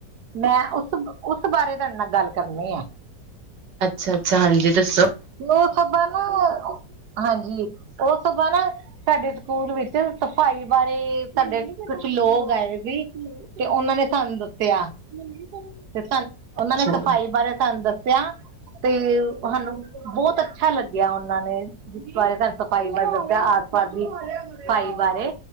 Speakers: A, on the right (about 65°); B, on the right (about 85°).
A: ਮੈਂ ਉਸ ਉਸ ਬਾਰੇ ਤੁਹਾਡੇ ਨਾਲ ਗੱਲ ਕਰਨੀ ਏ।
B: ਅੱਛਾ-ਅੱਛਾ ਹਾਂਜੀ ਦੱਸੋ।
A: ਉ ਸਬਾ ਨਾ, ਹਾਂਜੀ ਉ ਸਬਾ ਨਾ ਸਾਡੇ ਸਕੂਲ ਵਿੱਚ ਸਫ਼ਾਈ ਬਾਰੇ, ਸਾਡੇ ਕੁਛ ਲੋਗ ਆਏ ਸੀ। ਤੇ ਉਨਾਂ ਨੇ ਸਾਨੂੰ ਦੱਸਿਆ, ਤੇ ਸਾਨ ਉਨਾਂ
B: ਅੱਛਾ
A: ਨੇ ਸਫ਼ਾਈ ਬਾਰੇ ਸਾਨੂੰ ਦੱਸਿਆ ਤੇ ਸਾਨੂੰ ਬੋਤ ਅੱਛਾ ਲੱਗਿਆ ਉਨਾਂ ਨੇ ਜਿਸ ਬਾਰੇ ਸਾਨੂੰ ਸਫ਼ਾਈ ਬਾਰੇ ਦੱਸਿਆ ਸਫਾਈ ਬਾਰੇ